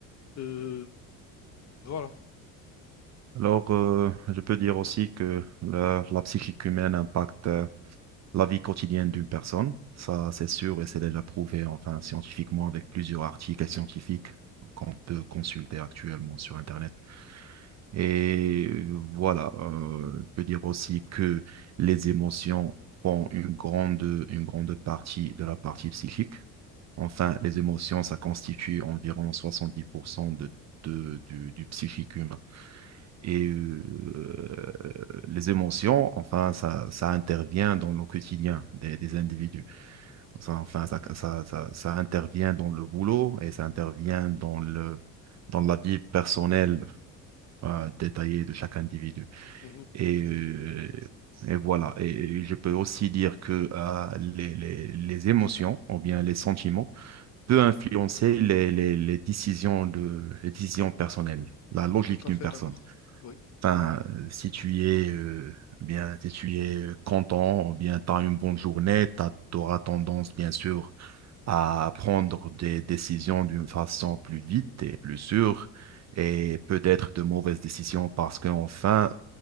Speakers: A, on the left; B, on the right.
A: Euh, voilà.
B: Alors, euh, je peux dire aussi que la, la psychique humaine impacte euh, la vie quotidienne d'une personne. Ça, c'est sûr et c'est déjà prouvé, enfin, scientifiquement, avec plusieurs articles scientifiques qu'on peut consulter actuellement sur Internet. Et euh, voilà, euh, je peux dire aussi que les émotions font une grande, une grande partie de la partie psychique. Enfin, les émotions, ça constitue environ 70% de, de- du, du psychique humain. Et euh, les émotions, enfin, ça, ça intervient dans le quotidien des, des individus. Ça, enfin, ça, ça, ça, ça intervient dans le boulot et ça intervient dans le, dans la vie personnelle euh, détaillée de chaque individu.
A: Mhm.
B: Et, euh, et voilà. Et je peux aussi dire que euh, les, les, les émotions, ou bien les sentiments, peut influencer les, les- les décisions de, les décisions personnelles, la logique
A: Tout à
B: d'une
A: fait
B: personne.
A: d'accord. Oui.
B: Enfin, euh, si tu es, euh, bien, si tu es euh, content, ou bien tu as une bonne journée, tu auras tendance, bien sûr, à prendre des décisions d'une façon plus vite et plus sûre, et peut-être de mauvaises décisions parce qu'enfin,